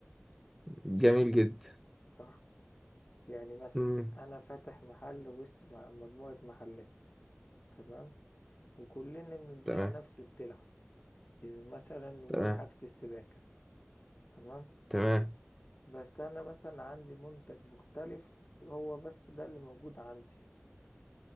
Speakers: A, in the centre; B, on the left.
A: جميل جدا
B: صح يعني مثلا
A: مم.
B: انا فاتح محل وسط م- مجموعة محلات تمام وكلنا بنبيع
A: تمام
B: نفس السلعة يعني مثلا نقول
A: تمام
B: حاجة السباكة تمام
A: تمام
B: بس انا مثلا عندي منتج مختلف هو بس ده اللي موجود عندي